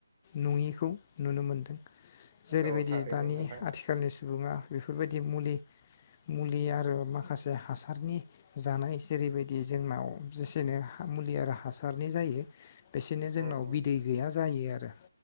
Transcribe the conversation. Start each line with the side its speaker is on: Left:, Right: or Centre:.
Left: नुयिखौ नुनो मोनदों। जेरैबायदि
Right: औ थारैनो
Left: दानि
Right: नोंथां
Left: आथिखालनि सुबुङा बेफोरबायदि मुलि मुलि आरो माखासे हासारनि जानाय जेरैबायदि जोंनाव जेसेनो मुलि आरो हासारनि जायो। बेसेनो जोंनाव
Right: ओम ओम
Left: बिदै गैया। जायो आरो।